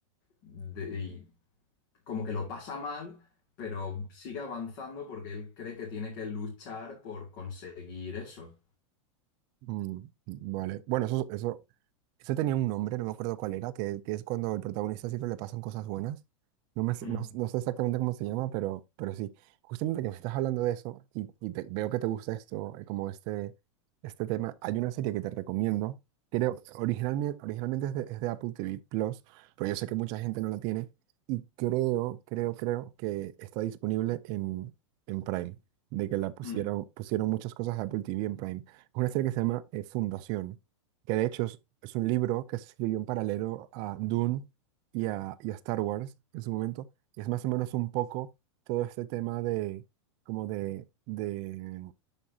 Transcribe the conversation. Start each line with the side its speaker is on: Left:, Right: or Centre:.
Left: de- y como que lo pasa mal, pero sigue avanzando porque él cree que tiene que luchar por conseguir eso.
Right: Mm, vale. Bueno, eso, eso, eso tenía un nombre, no me acuerdo cuál era, que, que es cuando el protagonista siempre le pasan cosas buenas. No, me, sé-
Left: Mm,
Right: no, no sé exactamente cómo se llama, pero, pero sí. Justamente que me estás hablando de eso y, y te- veo que te gusta esto, eh, como este, este tema, hay una serie que te recomiendo. Creo, originalmente, originalmente es de, es de Apple TV Plus, pero yo sé que mucha gente no la tiene y creo, creo, creo que está disponible en, en Prime, de que la pusieron,
Left: mm.
Right: pusieron muchas cosas de Apple TV en Prime una serie que se llama eh, Fundación, que de hecho es, es un libro que se escribió en paralelo a Dune y a, y a Star Wars en su momento, y es más o menos un poco todo este tema de, como de, de